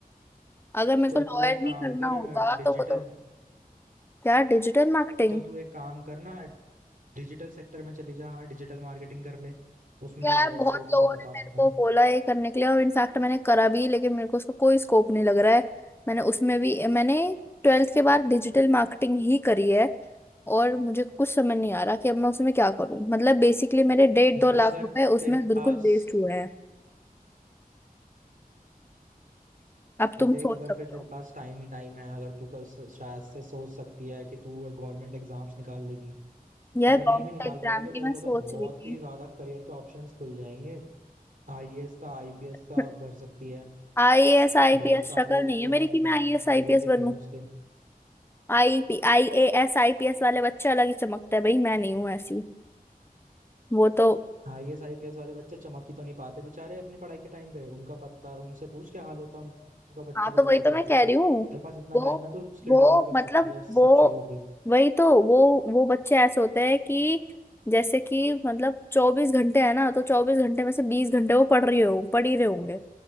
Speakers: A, on the left (about 15°); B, on the right (about 60°).
A: अगर मेरे
B: तो
A: को लॉयर
B: तू एक काम
A: नहीं करना
B: कर
A: होता
B: डिजिटल
A: तो वो तो क्या Digital marketing
B: तो तू एक काम करना डिजिटल सेक्टर में चली जा हाँ डिजिटल मार्केटिंग कर ले उसमें
A: यार
B: भी बहुत
A: बहुत
B: स्कोप है
A: लोगों
B: मैं बता
A: ने
B: सकता
A: मेरे को
B: हूँ
A: बोला ये करने के लिए और इनफैक्ट मैंने करा भी लेकिन मेरे को उसका कोई स्कोप नहीं लग रहा है मैंने उसमें भी मैंने ट्वेल्थ के बाद डिजिटल मार्केटिंग ही करी है और मुझे कुछ समझ नहीं आ रहा कि अब मैं उसमें क्या करूं मतलब बेसिकली मेरे डेढ़ दो
B: देख
A: लाख
B: अगर
A: रुपए उसमें
B: तेरे
A: बिल्कुल
B: पास
A: वेस्ट हुए हैं अब
B: हाँ,
A: तुम
B: देख
A: सोच
B: अगर
A: सकते
B: फिर तेरे
A: हो
B: पास टाइम ही टाइम है अगर तू कर शायद से सोच सकती है कि तू गवर्नमेंट एग्जाम्स निकाल लेगी
A: यह
B: अगर नहीं
A: गवर्नमेंट
B: भी निकाल
A: एग्जाम
B: पाएगी तो तेरे
A: की मैं
B: को तो
A: सोच
B: बहुत
A: रही थी
B: ही ज्यादा करियर के ऑप्शंस खुल जाएंगे आईएएस का आईपीएस
A: <laughs>
B: का भर सकती है
A: आईएएस आईपीएस
B: बहुत सारे
A: शक्ल
B: होते
A: नहीं है मेरी
B: हैं
A: कि मैं
B: बैंक
A: आईएएस
B: के मैनेजर
A: आईपीएस
B: के
A: बनूं
B: पीयूष के
A: आईपी आईएएस आईपीएस वाले बच्चे अलग ही चमकते हैं भाई मैं नहीं हूं ऐसी वो तो
B: आईएएस आईपीएस वाले बच्चे चमक ही तो नहीं पाते बेचारे अपनी पढ़ाई के टाइम पे उनका पता उनसे पूछ क्या हाल होता है उनका बच्चों
A: हाँ
B: को
A: तो
B: पढ़ते
A: वही तो
B: पढ़ते
A: मैं कह रही हूँ
B: तेरे पास इतना
A: वो
B: टाइम है तो स्किल
A: वो
B: डेवलप कर
A: मतलब
B: सकती है सब
A: वो
B: चीजों की
A: वही तो वो वो बच्चे ऐसे होते हैं कि जैसे कि मतलब चौबीस घंटे है ना तो चौबीस घंटे में से बीस घंटे वो पढ़ रही हो पढ़ ही रहे होंगे